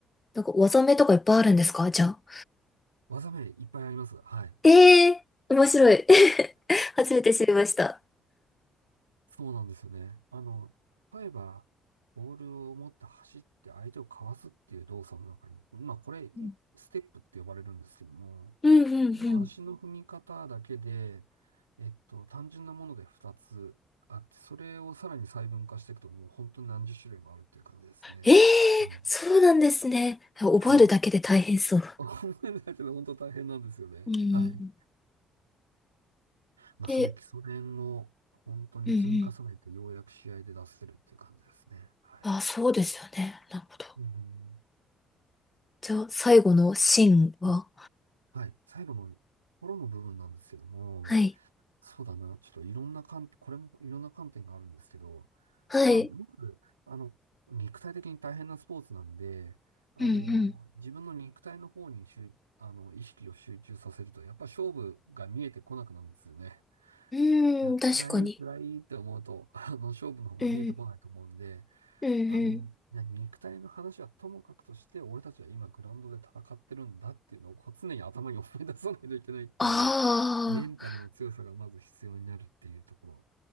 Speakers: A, on the left (about 20°); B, on the right (about 80°).
A: なんか技名とかいっぱいあるんですかじゃあ。
B: 技名いっぱいあります。はい。
A: ええー、面白い。<laughs> 初めて知りました。
B: そうなんですよね。あの、例えば、ボールを持って走って相手をかわすっていう動作の中に、まあこれ、いステップって呼ばれるんですけども、
A: うんうんうんうん。
B: まあ足の踏み方だけで、えっと、単純なもので2つあって、それをさらに細分化していくと、もう本当に何十種類もあるっていう感じですね。
A: ええー、
B: うん。
A: そうなんですね。覚えるだけで大変そう。
B: はい。<laughs> 思えないけど、本当大変なんですよね。
A: うん。
B: はい。まあそれ、
A: で、
B: 基礎練を本当に積み重ねて、
A: うんうん。
B: ようやく試合で出せるっていう感じですね。はい。
A: あ、そうですよね。なるほど。
B: うん。
A: じゃあ、最後のシーンは
B: あはい。最後の頃の部分なんですけども、
A: はい。
B: そうだな。ちょっといろんな観、これもいろんな観点があるんですけど、
A: はい。
B: まあ、まず、あの、肉体的に大変なスポーツなんで、あの、
A: うん
B: 自分の肉体の方に集、あの、意識を集中させると、やっぱ勝負が見えてこなくなるんですよね。
A: うん。うーん、
B: あ辛い、
A: 確かに。
B: 辛いって思うと、あの、勝負の方が見えてこないと思うんで、
A: うん、うん、うん。
B: あの、いや肉体の話はともかくとして、俺たちは今グラウンドで戦ってるんだっていうのをこう常に頭に思い出さないといけないっていう、
A: ああ、
B: メンタルの強さがまず必要になるっていうところ。